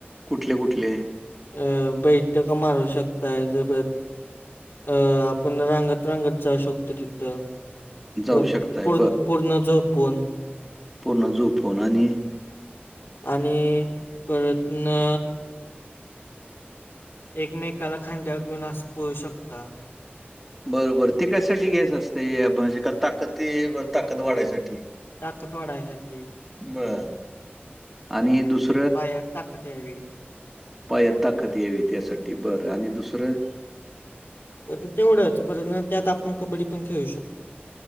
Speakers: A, in the centre; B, on the left.
A: कुठले कुठले
B: अ बैठक मारू शकताय ज अ आपण रांगत रांगत जाऊ शकतो तिथं
A: जाऊ
B: अ
A: शकताय
B: पूर्ण पूर्ण जो पण
A: पोर्ण जू पोननी
B: आणि परतना एकमेकाला खांड्या घेऊन अस पोव शकता
A: बरोबर ते कयसाठी घ्यायच असतें म्हणजे का ताकद ताकद वाढायसाठी
B: ताकत वाढाय साठी
A: बर आणि दुसरं
B: पाया ताकत यावी
A: पायात ताकद यावी त्यासाठी बरं आणि दुसरं
B: पण तेवढंच पण त्यात आपण कबड्डी पण खेळू शकतो